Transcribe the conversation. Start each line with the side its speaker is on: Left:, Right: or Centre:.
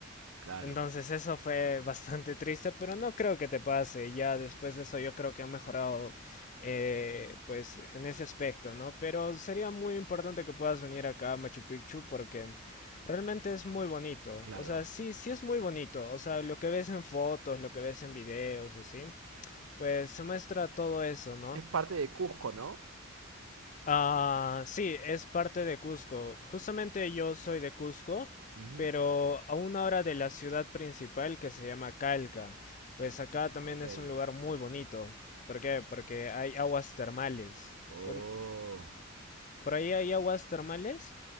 Right: Claro,
Left: Entonces eso fue <laughs> bastante triste, pero no creo que te pase. Ya después de eso yo creo que ha mejorado eh, pues en ese aspecto, ¿no? Pero sería muy importante que puedas venir acá a Machu Picchu porque realmente es muy bonito.
Right: claro.
Left: O sea, sí, sí es muy bonito. O sea, lo que ves en fotos, lo que ves en videos, así pues se muestra todo eso, ¿no?
Right: Es parte de Cusco, ¿no?
Left: Ah, sí, es parte de Cusco. Justamente yo soy de Cusco,
Right: Ujú.
Left: pero a una hora de la ciudad principal que se llama Calca. Pues acá también
Right: Ok.
Left: es un lugar muy bonito. ¿Por qué? Porque hay aguas termales.
Right: Oh.
Left: Con- ¿Por ahí hay aguas termales?